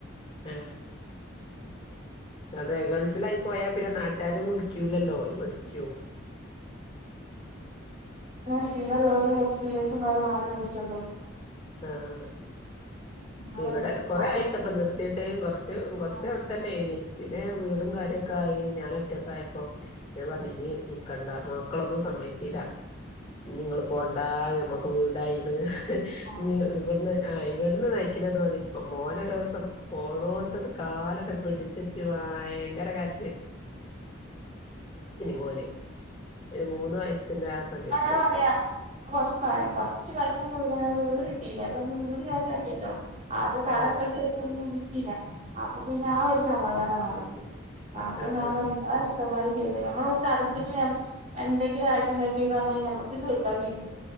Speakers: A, on the left; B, on the right.
A: ആ അതെ ഗൾഫിലായി പോയാ പിന്നെ നാട്ടുകാരും വിള് കയ്യൂല്ലല്ലോ ഒരു പണിക്കും
B: സ്ഥിരം ഉള്ളോരം എക്സ്പീരിയൻസ മാത്ര വിളിച്ചള്ളൂ
A: ആഹ
B: അവരെ
A: ഇവിടെ കൊറ
B: അതൊക്കെ
A: ആയിട്ടപ്പൊ നിർത്തിട്ട് കൊറച്ച് കുറച്ച്
B: ആ
A: അവിടെ തന്നെ ആയിനി പിന്നെ വീടും കാര്യൊക്കെ ആയി ഞാൻ ഒറ്റൊക്കെ ആയപ്പോൊ ഞാൻ പറഞ്ഞ ഇഞ് നക്കണ്ട മക്കളൊന്നും സമ്മതിച്ചില്ല നിങ്ങള് പോവണ്ടാ ഞമ്മക്ക് വീടായിണ്
B: ആ
A: ഇ ഇവിടുന്ന് ആ ഇവിടുന്ന് നയിക്കുന്നുന്നത് മതി ഇപ്പം മോനരിവസം പോണോടത്ത്ന്ന് കാലട്ട് പിടിച്ചച്ച് ഭയങ്കര കരച്ചില് മോന് ഒരു മൂന്ന് വയസ്സിന്റെ ആ സമയത്ത്
B: ഇപ്പം അങ്ങനെയാ പറയാ കൊറച്ച് കൊറച്ച് പൈസ വീട് കിട്ടീല്ലേ അപ്പൊ വീട് കേറ്റാൻ ഇല്ലല്ലോ അത് തറട്ട
A: ആഹ്
B: ഇപ്പം ഇഞ്ഞു അപ്പൊ പിന്നെ ആ ഒരു സമാധാനമാണ് അവർക്ക് അപ്പോൾ
A: ആഹ്
B: ഞാൻ പറയും മാ ചെയ്ത നമ്മളടുട്ട ഞൻ എന്തെങ്കിലുംയിട്ട്ഈ പറഞ്ഞ കഴിഞ്ഞൽ ഞമ്മുക്ക് തീർത്താൽ തീരൂല്ല